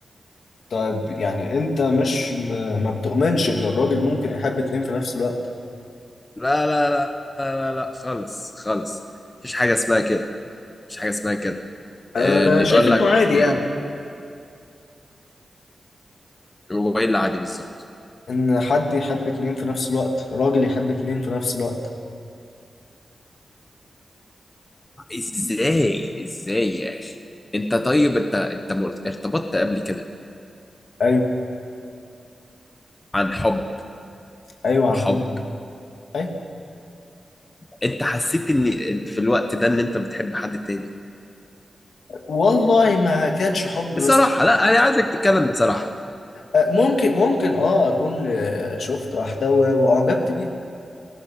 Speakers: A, on the left (about 70°); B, on the left (about 20°).
A: طيب يعني انت مش م... ما بتؤمنش ان الراجل ممكن يحب اتنين في نفس الوقت
B: لا لا لا لا لا لا، خالص خالص مفيش حاجة اسمها كده مفيش حاجة اسمها كده
A: انا
B: آه، اللي
A: شايف
B: يقول
A: انه
B: لك
A: عادي يعني
B: آه، الموبايل عادي بالظبط
A: ان حد يحب اتنين في نفس الوقت راجل يحب اتنين في نفس الوقت
B: ازاي ازاي يا اخي انت طيب انت انت مر- ارتبطت قبل كده
A: ايوه
B: عن حب
A: ايوه
B: وحب
A: عن حب ايوه
B: انت حسيت ان إن في الوقت ده ان انت بتحب حد تاني
A: والله ما كانش حب بس
B: بصراحة لا انا عايزك تتكلم بصراحة
A: آه، ممكن ممكن اه اكون آه، شفت واحدة و- واعجبت بيها